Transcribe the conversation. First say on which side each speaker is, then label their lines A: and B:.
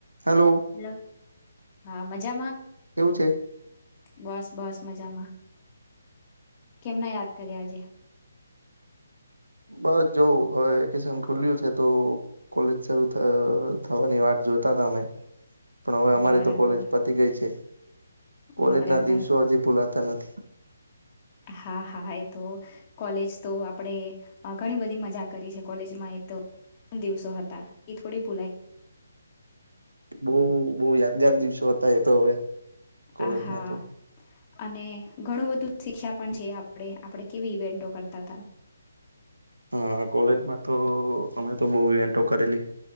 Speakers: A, on the right; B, on the left.
A: Hello
B: hello હા, મજામા
A: છે
B: બસ, બસ મજામાં કેમના યાદ કર્યાજે
A: બસ જોવ, હવે વેકેશન ખુલ્યુ છે. તો કોલેજ શરૂુ થવાની વાત જોતા તમેમે પણ હવે, અમારી
B: બરાબર
A: તો કોલેજ પતી ગઈ છે કોલેજ
B: બરાબર
A: ના દિવસો હજી ભૂલાતા નથી.
B: હા, હા એ તો કોલેજ તો આપણેે ઘણી બધી મજા કરી છે, કોલેજમાં એ તો તણ દિવસો હતા, એ થોડી ભૂલાઈ
A: બહ બહુ યાદગાર દિવસો હતા, એ તો હવે. કોલેજ
B: આ હા,
A: ના તો
B: અને ઘણું બધું શીખ્યા પણ છે, આપણે આપણે કેવી ઈવેન્ટો કરતા હતા
A: હ કોલેજમા, તો અમે તો બહ ઇવેન્ટો કરેલી